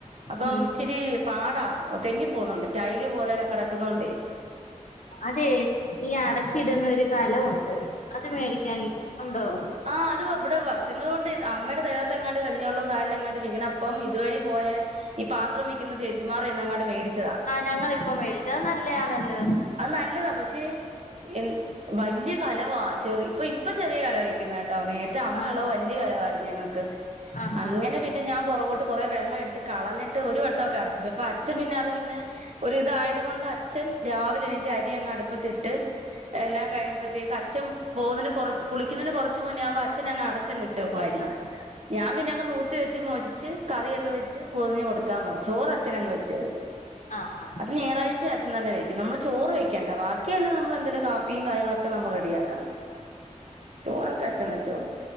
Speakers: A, on the right; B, on the left.
A: അപ്പം
B: ഉം
A: ഇച്ചിരി പാടാ തെന്നി പോവുന്നുണ്ട് ടൈല് പോലെല്ല കിടക്കുന്നണ്ടേ
B: അതെ തീ അടച്ചിടുന്ന ഒര് കലവുണ്ട് അത് മേടിക്കാൻ ഉണ്ടൊ
A: ആഹ് അത് ഇവിടെ വർഷങ്ങളോണ്ട് അമ്മേടെ ദേഹത്ത് എങ്ങാണ്ട് കഞ്ഞി വള്ളക്ക എങ്ങാണ്ട് വകണം അപ്പം ഇതുവഴി പോയെ ഈ പാത്രം വിക്ക്ന്ന ചേച്ചിമാർ എന്ന അങ്ങാണ്ട് മേടിച്ചതാ
B: ഞങ്ങളിപ്പൊ മേടിച്ച നല്ലതയാണല്ലൊ
A: അത് നല്ലതാ പക്ഷെ എ വല്യ കലവാ ചെറിയ ഇപ്പൊ ഇപ്പൊ ചെറിയ കല കേട്ടോ നേര്ത്തെ അമ്മയ
B: ആഹ്
A: ഉള്ളത് വല്യ കലവായിരുന്നു ഞങ്ങക്ക്
B: ആഹ്
A: അങ്ങനെ
B: ആഹ് ആഹ്
A: പിന്ന ഞാൻ പൊറകോട്ട് കുറ വെള്ളം എടുത്ത് കളഞ്ഞിട്ട് ഒരു വട്ടംക്കെ അടച്ചു ഇപ്പൊ അച്ഛൻ പിന്നെ അത് പിന്നെ ഒര് ഇതായ അതുകൊണ്ട് അച്ഛൻ രാവിലെ എണീറ്റ് അരി അങ്ങ് അടുപ്പത്തിട്ട്. എല്ലാം കഴിഞ്ഞപ്പോത്തേക്കും അച്ഛൻ പോകുന്നതിന് കൊറച്ച്. കുളിക്കുന്നതിന് കൊറച്ച് മുന്നോവുമ്പോ അച്ഛൻ അങ്ങ് അടച്ചങ്ങ് ഇട്ട് വാരി
B: അടച്ചിടാം
A: ഞാൻ പിന്നെ അങ്ങ് നോ കുത്ത് വെച്ച് മൊരിച്ച് കറിയൊക്കെ വെച്ച് പൊതിഞ്ഞ് കൊടുത്താൽ മതി, ചോറ് അച്ഛൻ അങ്ങ് വെച്ചോളൂ.
B: ആഹ് ആഹ്
A: <unintelligible> അച്ചൻ തന്നെ വെക്കും നമ്മള് ചോറ് വെക്കണ്ട ബാക്കിയെല്ലാം നമ്മൾ എന്തെലും കാപ്പിയും കാര്യങ്ങളൊക്കെ നമ്മൾ റെഡിയാക്കണം.
B: <inaudible>
A: ചോറൊക്കെ അച്ഛൻ വെച്ചോളൂ.